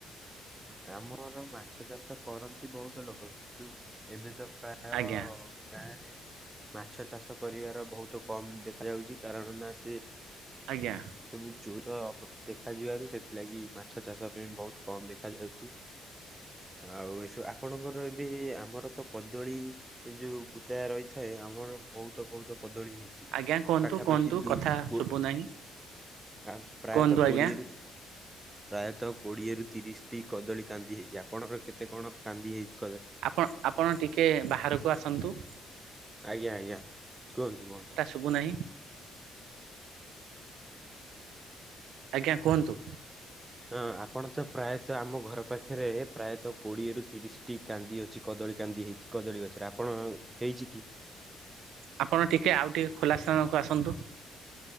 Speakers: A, on the right; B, on the right.
A: ଆମର ଅର ମାଛ ଚାଷ କରନ୍ତି। ବହୁତ ଲୋକ କିନ୍ତୁ ଏବେ ତ ପ୍ରାୟ
B: ଆଜ୍ଞା।
A: ଗାଁରେ ମାଛ ଚାଷ କରିବାର ବହୁତ କମ ଦେଖାଯାଉଚି କାରଣ ନା ସେ
B: ଆଜ୍ଞା।
A: ସବୁ ଚୋର ଦେଖା ଯିବାରୁ ସେଥିଲାଗି ମାଛ ଛ ଚାଷ ପାଇଁ ବହୁତ୍ କମ ଦେଖାଯାଉଚି ଆଉ ଏସୁ ଆପଣଙ୍କର ଏ ବେ ଆମର ତ କଦଳୀ ଯୋଉ ବୁଦା ରହିଥାଏ ଆମର ବହୁତ ବହୁତ କଦଳୀ ହେ ଚି
B: ଆଜ୍ଞା କୁହନ୍ତୁ
A: ପାଖାପାଖି
B: କୁହନ୍ତୁ
A: ଦୁଇ
B: କଥା
A: କୋ
B: ଶୁଭୁନାହିଁ
A: ଆ ପ୍ରାୟତଃ
B: କୁହନ୍ତୁ ଆଜ୍ଞା
A: କୋଡିଏରୁ ପ୍ରାୟତଃ କୋଡିଏରୁ ତିରିଶଟି କଦଳୀ କାନ୍ଦି ହେଇଚି। ଆପଣଙ୍କର କେତେ କଣ କାନ୍ଦି ହେଇଚି?
B: ଆପଣ ଆପଣ ଟିକେ ବାହାରକୁ ଆସନ୍ତୁ?
A: ଆଜ୍ଞା ଆଜ୍ଞା କୁହନ୍ତୁ କୁହନ୍ତୁ।
B: ଶୁବୁନାହିଁ। ଆଜ୍ଞା କୁହନ୍ତୁ।
A: ହଁ ଆପଣ ତ ପ୍ରାୟତଃ ଆମ ଘର ପାଖରେ ପ୍ରାୟତଃ କୋଡିଏରୁୁ ତିରିଶଟି କାନ୍ଦି ଅଛି। କଦଳୀ କାନ୍ଦି ହେଇଚି କଦଳୀ ଗଛରେ ଆପଣ ହେଇଚି କି?
B: ଆପଣ ଟିକେ ଆଉ ଟିକେ ଖୋଲା ସ୍ଥାନକୁ ଆସନ୍ତୁ।